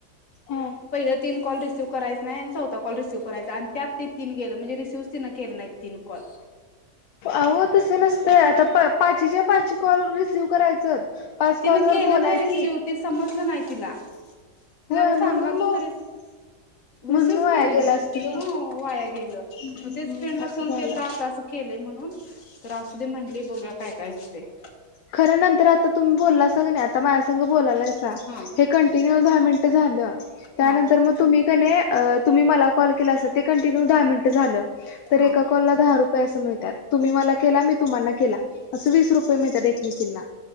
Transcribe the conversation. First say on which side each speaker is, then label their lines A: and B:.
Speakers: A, on the left; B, on the left.
A: हम्म
B: पहिले तीन कॉल रिसिव्ह करायच नाही आणि चौथा कॉल रिसव करायचाय त्यात. तीन गेलं म्हणजे रिसीव्ह तिन केलं नाहीत तीन कॉल.
A: अहो तस नसतय आता पाची च्या पाचची कॉल रिसीव करायचं. पाच
B: तिन
A: कॉल वर
B: केलं
A: बोलायचे
B: नाही रिसिव ते समजलं नाही तिला तिला
A: होय
B: मी सांगाल
A: म्हणून
B: त.
A: <unintelligible>
B: रिसीव
A: म्हणून वाया
B: केले
A: गेला
B: नाही
A: असतील
B: हो वाया गेलं
A: हम्म
B: मग तेच फ्रेंडला
A: असं
B: फोन
A: झालं
B: केला तर आता अस. तर असु दे म्हटली बघुया काय काय होते.
A: खर नंतर आता तुम्ही बोलला सग नाही आता माया संघ बोलालायसा
B: हा
A: एक मि <unintelligible> दहा मिनट झालं, त्यानंतर
B: हा
A: मग तुम्ही कणी तुम्ही मला कॉल केला अस ते कंटिन्यू दहा मिनट झा तर एका काॅलला
B: हा
A: एका कॉल ला दहा रुपये अस मिळ त्यात. तुम्ही मला केला मी तुम्हाला केला अस वीस रुपये मिळतात. दोघींना.